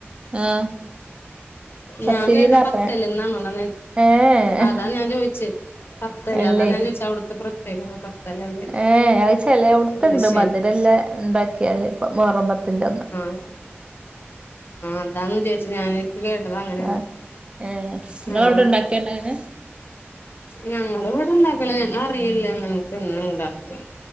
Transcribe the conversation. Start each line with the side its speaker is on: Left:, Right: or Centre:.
Right: ആഹ് പത്തിരി
Left: ഞാൻ കേട്ട
Right: ന്നാ
Left: പത്തല്ന്നാണ്
Right: പറഞ്ഞേ
Left: അതാണ്
Right: ഏ ഏ
Left: അതാണ് ഞാൻ ചോദിച്ചേ പത്തല്
Right: അല്ലേ
Left: അതാണ് ഞാൻ ചോദിച്ചെ അവിടുത്തെ പ്രത്യേകത പത്തലല്ലേ
Right: ഏഹ് അത് ചെലോട്ത്ത്ണ്ട്
Left: അത് ശരി
Right: മധുരല് ലെ ഇണ്ടാക്കിയാല് മുഹറം പത്തിന്റെ അന്ന്
Left: ആഹ് അതാന്ന്ന് വിചാരിച്ചു ഞാന് വേണ്ടത് അങ്ങനെയാണ്
Right: ആഹ് ഏഹ് ഇങ്ങളവിടെ
Left: ഉം
Right: ഇണ്ടാക്കേണ്ട അങ്ങനെ
Left: ഞങ്ങള് പ ണ്ട് ണ്ടാക്കുല ഞങ്ങൾ അറിയില്ല അങ്ങനത്തെ ഒന്നും ഉണ്ടാക്കുന്ന്